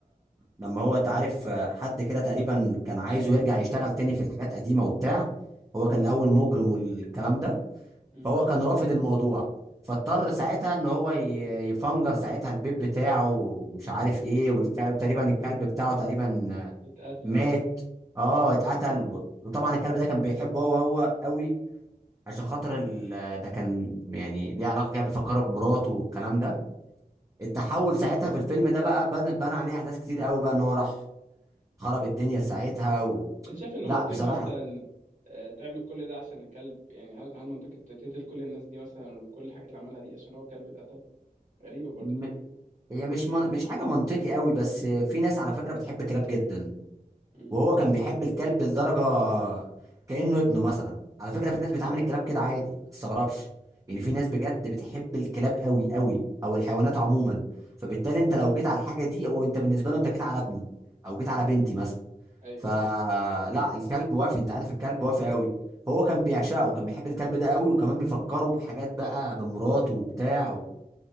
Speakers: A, on the right; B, on the right.
A: لما هو تعرف حد كده تقريبا كان عايزه يرجع يشتغل تاني في الحاجات قديمه وبتاع هو
B: امم
A: كان الاول مجرم والكلام ده
B: امم
A: فهو كان رافض الموضوع فاضطر ساعتها ان هو ي- يفنجر ساعتها البيت بتاعه ومش عارف ايه والك- وتقريبا الكلب بتاعه تقريبا
B: اتقتل
A: مات اه اتقتل و- وطبعا الكلب ده كان بيحبه هو هو قوي عشان خاطر ال... ده كان يعني ليه علاقه كده بيفكروا بمراته والكلام ده التحول ساعتها في الفيلم ده بقى بنى بنى عليه احداث كتير قوي بقى ان هو راح خرب الدنيا ساعتها و...
B: انت شايف انه
A: لا
B: منطقي
A: بصراحه
B: مثلا آه، تعمل كل ده عشان الكلب يعني هل هل منطقي ت- تقتل كل الناس دي مثلا وكل الحاجات اللي عملها دي عشان هو كلب اتقتل غريبة برضه
A: م... هي مش من... مش حاجه منطقي قوي بس في ناس على فكره بتحب كلاب جدا
B: امم
A: وهو كان بيحب الكلب لدرجه كانه ابنه مثلا على فكره في ناس بتعامل الكلاب كده عادي ما تستغربش يعني
B: امم
A: في ناس بجد بتحب الكلاب قوي قوي او الحيوانات عموما فبالتالي انت لو جيت على الحاجه دي او انت بالنسبه له انت جيت على ابني او جيت على بنتي مثلا
B: ايوه
A: فلا
B: ايوه
A: الكلب وافي انت عارف الكلب وافي قوي فهو كان بيعشقه وكان بيحب الكلب ده قوي وكمان بيفكره بحاجات بقى بمراته وبتاع و...